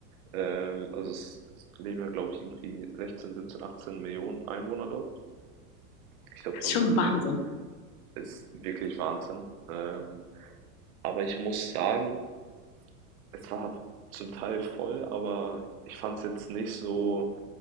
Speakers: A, on the right; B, on the left.
A: Ähm, also es es leben ja, glaube ich, irgendwie 16, 17, 18 Millionen Einwohner dort. Ich glaube,
B: Das
A: so
B: ist
A: um
B: schon
A: den Dreh.
B: Wahnsinn.
A: Ist wirklich Wahnsinn. Ähm, aber ich muss sagen, es war zum Teil voll, aber ich fand es jetzt nicht so